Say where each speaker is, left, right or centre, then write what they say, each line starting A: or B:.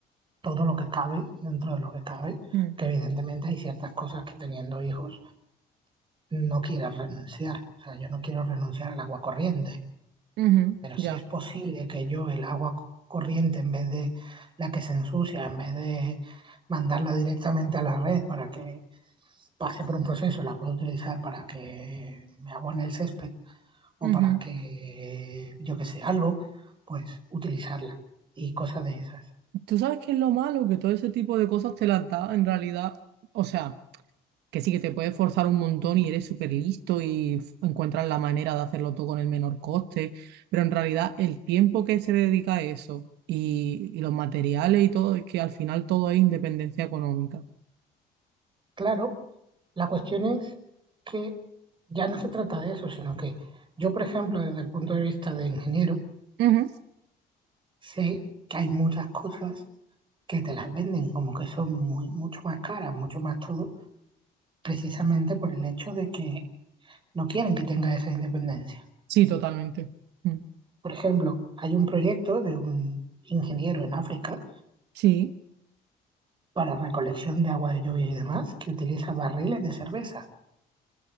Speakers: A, on the right; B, on the right.
A: todo lo que cabe, dentro de lo que cabe,
B: Mm,
A: que evidentemente hay ciertas cosas que teniendo hijos no quieres renunciar. O sea, yo no quiero renunciar al agua corriente,
B: ujú,
A: pero si
B: ya.
A: es posible que yo el agua co- corriente, en vez de la que se ensucia, en vez de mandarla directamente a la red para que pase por un proceso, la puedo utilizar para que me abone el césped o
B: Ujú.
A: para que, yo que sé, algo, pues utilizarla y cosas de esas.
B: Tú sabes que es lo malo, que todo ese tipo de cosas te las da en realidad. O sea, que sí que te puedes forzar un montón y eres súper listo y f- encuentras la manera de hacerlo todo con el menor coste, pero en realidad el tiempo que se le dedica a eso y, y los materiales y todo, es que al final todo es independencia económica.
A: Claro, la cuestión es que ya no se trata de eso, sino que yo, por ejemplo, desde el punto de vista de ingeniero,
B: Ujú.
A: sé que hay muchas cosas que te las venden como que son muy, mucho más caras, mucho más todo, precisamente por el hecho de que no quieren que tenga esa independencia.
B: Sí, totalmente. Mm.
A: Por ejemplo, hay un proyecto de un ingeniero en África
B: Sí.
A: para recolección de agua de lluvia y demás que utiliza barriles de cerveza